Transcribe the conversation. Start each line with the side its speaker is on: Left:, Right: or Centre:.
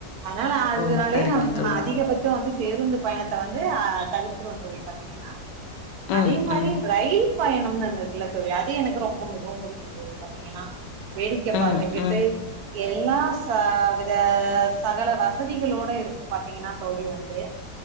Right: அன்னால அதுனாலயே
Left: ஓ சரிங்க
Right: நம்ம
Left: தோழி.
Right: அதிகபட்சோ வந்து பேருந்து பயணத்த வந்து ஆ தவிர்த்துருவோ தோழி பாத்தீங்ன்னா
Left: ம்
Right: அதே மாரி
Left: ம்
Right: ரயில் பயணம்னு ஒன்னு இருக்குல தோழி அது எனக்கு ரொம்ப மிகவு புடிக்கு தோழி பாத்தீங்கன்னா வேடிக்க
Left: ம்
Right: பாத்துக்கிட்டு
Left: ம்
Right: எல்லா ச வித சகல வசதிகளோட இருக்கு பாத்தீங்கன்னா தோழி வந்து